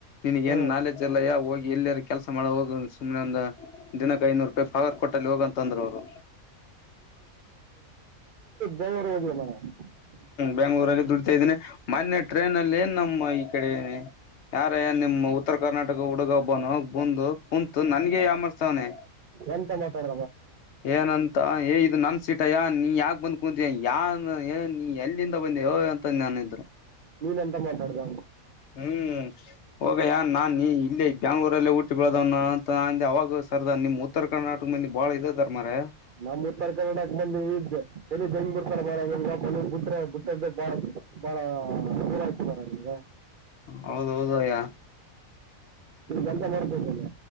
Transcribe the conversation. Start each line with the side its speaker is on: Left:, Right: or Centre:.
Left: ನಿನ್ಗ
Right: ಹಾ.
Left: ಏನ್ ನಾಲೆಜ್ ಇಲ್ಲಯ ಹೋಗಿ ಇಲ್ಲೆರ ಕೆಲ್ಸ ಮಾಡ ಹೋಗ ಸುಮ್ನೆ ಒಂದ್ ದಿನಕ್ಕೆ ಐನೂರು ರೂಪಾಯಿ ಪಗಾರ ಕೊಟ್ಟಲ್ಲಿ ಹೋಗಂತ ಅಂದ್ರು ಅವ್ರು
Right: ದೇವರು ಹೋಗಿ <unintelligible>
Left: ಬೆಂಗಳೂರಲ್ಲಿ ದುಡಿತಾ ಇದ್ದೀನಿ ಮೊನ್ನೆ ಟ್ರೈನ್ ಅಲ್ಲಿ ಏನ್ ನಮ್ಮ ಈ ಕಡೆ ಯಾರ ನಿಮ್ಮ್ ಉತ್ತರ ಕರ್ನಾಟಕ ಹುಡುಗಬ್ಬನು ಬಂದು ಕುಂತು ನನ್ಗೆ ಯಮರ್ಸ್ತವನೆ
Right: ಎಂತ ಮಾತಾಡ
Left: ಏನಂತ ಎ ಇದು ನನ್ ಸೀಟಯ್ಯ ನೀ ಯಾಕ ಬಂದ್ ಕುಂತಿಯಾ ನೀ ಎಲ್ಲಿಂದ ಬಂದೆ ಅಂತ ನನ್ ಇದ್ರು
Right: ನೀನ್ಂತ ಮಾತಾಡದ
Left: ಹ್ಮ್ ಹೋಗಯ್ಯ ನಾ ನೀ ಇಲ್ಲಿ ಬೆ್ಯಾಂಗ್ಳೂರಲ್ಲೇ ಊಟಿ ಬೆಳದವನ ಅಂತ ಅಂದೆ ಅವಾಗ ಸರ್ದ ನಿಮ್ ಉತ್ತರ ಕರ್ನಾಟಕ ಮ ನಿ ಭಾಳ ಇದೆದರ್ ಮರಯಾ
Right: ನಮ್ ಉತ್ತರ ಕನ್ನಡಕ್ ಬಂದ್ದ ಚಲ ಬೆಂಗ್ ಬಿಡ್ತಾರ ಬ ಬಿಟ್ರೆ ಬಿಟ್ಟದ್ದು ಬಾಳ ಬಾಳ ದೂರ ಆಯ್ತ ಬರ ನಿನ್್ಗೆ
Left: ಹೌದ ಹೌದು ಅಯ್ಯ
Right: ಈ ಎಂತ ಮಾಡ್ಕೋನ